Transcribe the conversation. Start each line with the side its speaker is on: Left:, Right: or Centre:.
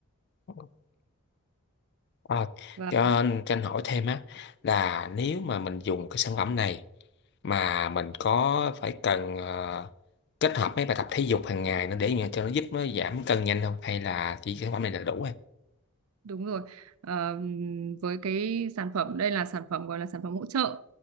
Left: ok. À,
Right: Và
Left: cho anh cho anh hỏi thêm á là nếu mà mình dùng cái sản phẩm này mà mình có phải cần à, kết hợp mấy bài tập thể dục hàng ngày nữa để mà cho nó giúp nó giảm cân nhanh không hay là chỉ cái sản phẩm này là đủ
Right: Đúng rồi. Ờ, với cái sản phẩm đây là sản phẩm gọi là sản phẩm hỗ trợ